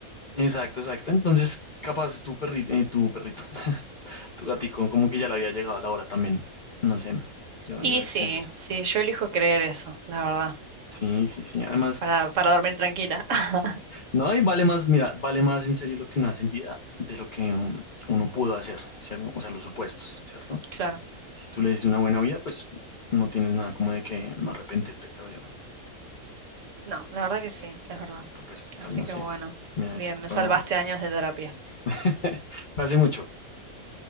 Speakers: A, on the left; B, on the right.
A: Exacto, exacto. Entonces, capaz tu perrito, tu perrito, <laughs> tu gatico, como que ya le había llegado la hora también. No sé, yo,
B: Y
A: yo a veces
B: sí,
A: pienso eso.
B: sí, yo elijo creer eso, la verdad,
A: Sí, sí, sí. Además,
B: para, para dormir tranquila. <laughs>
A: No, y vale más, mira, vale más en serio lo que uno hace en vida de lo que um, uno pudo hacer, ¿cierto? O sea, los supuestos, ¿cierto?
B: Claro,
A: Si tú le dices una buena vida, pues no tienes nada como de que arrepentirte, creo yo.
B: no, la verdad que sí, es verdad.
A: Pero, Pues total,
B: Así
A: no
B: que
A: sé.
B: bueno,
A: Mira,
B: bien,
A: ese tipo...
B: me salvaste años de terapia.
A: <laughs> Fue Hace mucho,